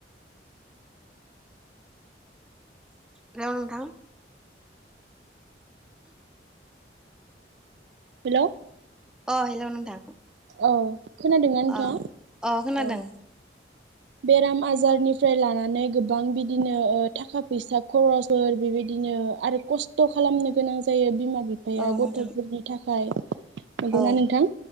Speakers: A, in the centre; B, on the right.
A: <unintelligible> नोंथां
B: हेलौ
A: अ हेलौ नोंथां
B: औ। खोनादोंना नोंथाङा
A: अ अ खोनादों।
B: औ बेराम आजारनिफ्राय लानानै गो बां बिदिनो ओ थाखा फैसा खरस फोर बेबायदिनो आरो खस्त' खेलामनो गोनां जायो बिमा बिफाया
A: औ
B: गथ'फोरनि
A: नोंथां
B: थाखाय नंगौना
A: औ
B: नोंथां